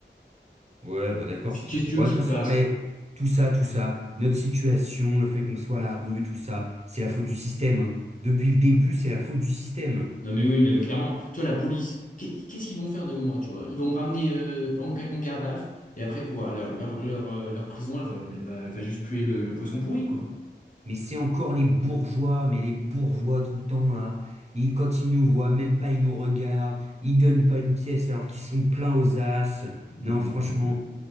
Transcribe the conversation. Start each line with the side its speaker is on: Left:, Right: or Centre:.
Right: Ouais, bon d'accord.
Left: qu'est-ce que tu
Right: Bon,
Left: veux qu'ils
Right: de toute façon,
Left: fassent?
Right: eh, tout ça, tout ça, notre situation, le fait qu'on soit à la rue, tout ça, c'est la faute du système. hein. Depuis le début, c'est la faute du système.
Left: Non mais oui, non mais clairement, tu vois, la police, qu'est- qu'est-ce qu'ils vont faire de moi, tu vois? Ils vont me ramener euh, en, ga- en garde à vue, et après quoi? Leur, leur, leur, euh, leur prison, elle va, elle va, elle va juste puer le, le poisson pourri, quoi.
Right: Mais c'est encore les bourgeois, mais les bourgeois tout le temps là. Ils, quand ils nous voient, même pas ils nous regardent. Ils donnent pas une pièce alors qu'ils sont pleins aux as.
Left: Bon,
Right: Non, franchement.
Left: euh,